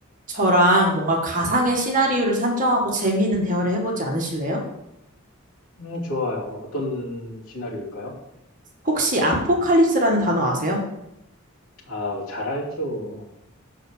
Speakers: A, on the right (about 35°); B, on the left (about 80°).
A: 저랑 뭔가 가상의 시나리오를 산정하고 재미있는 대화를 해보지 않으실래요?
B: 음, 좋아요. 어떤 시나리오일까요?
A: 혹시 아포칼립스라는 단어 아세요?
B: 아, 잘 알죠.